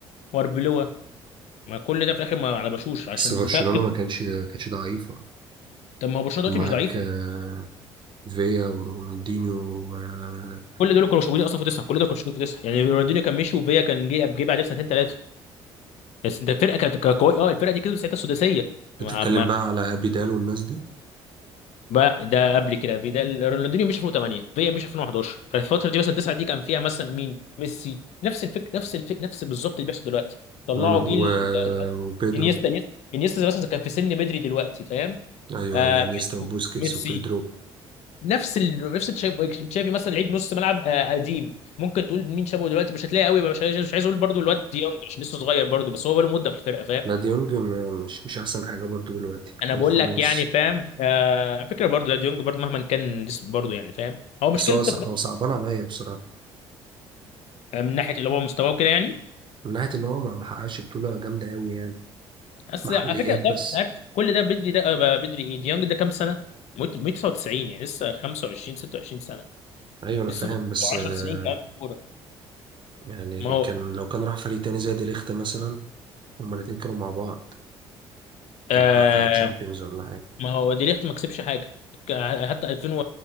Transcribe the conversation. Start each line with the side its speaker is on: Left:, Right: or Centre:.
Left: واربيلوا ما كل ده في الاخر ما على بشوش عشان
Right: بس برشلونه
Left: دفاع
Right: ما كانش ما كانتش ضعيفه
Left: طب ما هو برشلونه دلوقتي
Right: كان معاك
Left: مش ضعيفه
Right: آه، فيا ورونالدينيو و- آه،
Left: كل دول كانوا مش موجودين اصلا في تسعه كل دول كانوا مش موجودين في تسعه يعني رونالدينيو كان مشي وفيا كان جه جه بعدها بسنتين ثلاثه بس انت الفرقه كانت كانت قويه اه الفرقه دي كسبت ساعتها السداسيه
Right: بتتكلم
Left: ما
Right: بقى على ابيدال والناس دي
Left: بقى ده قبل كده في ده رونالدينيو مشي 2008 فيا مشي 2011 فالفتره دي مثلا 9 دي كان فيها مثلا مين ميسي نفس الفكر نفس الفكر نفس بالظبط اللي بيحصل دلوقتي طلعوا
Right: مم، و...
Left: جيل <laughs>
Right: وبيدرو
Left: انيستا انيستا انيستا مثلا كان في سن بدري دلوقتي فاهم
Right: ايوه
Left: آه
Right: ايوه انيستا
Left: بيدرو
Right: وبوسكيتس
Left: ميسي
Right: وبيدرو
Left: نفس ال... نفس تشافي تشافي مثلا لعيب نص ملعب آه قديم ممكن تقول مين شابه دلوقتي مش هتلاقي قوي مش عايز مش عايز اقول برضو الواد ديونج عشان لسه صغير برضو بس هو بقاله مده في الفرقه فاهم؟
Right: لا دي يونج م- مش مش احسن حاجه برضو دلوقتي
Left: انا
Right: هو
Left: بقول
Right: خلاص
Left: لك يعني فاهم آه فكره برضه لا ديونج برضه مهما كان جسم برضه يعني فاهم هو مشكلته
Right: بس هو صع-
Left: ب-
Right: هو صعبان عليا بصراحه
Left: من ناحيه اللي هو مستواه وكده يعني
Right: من ناحيه ان هو ما ما حققش بطوله جامده قوي يعني
Left: بس
Right: محليات
Left: على فكره ده
Right: بس
Left: أنت عارف كل ده بدري ده آه، بدري ايه ديونج ده كام سنه؟ موت- 199 يعني لسه 25 26 سنه
Right: ايوه انا
Left: لسه
Right: فاهم
Left: في
Right: بس آه،
Left: 10 سنين كمان في الكوره
Right: يعني
Left: ما هو
Right: كان لو كان راح فريق تاني زي دي ليخت مثلا هما الاتنين كانوا مع بعض كان
Left: آه
Right: حقق تشامبيونز ولا حاجه
Left: ما هو دي ليخت ما كسبش حاجه ك- حتى 2000 و...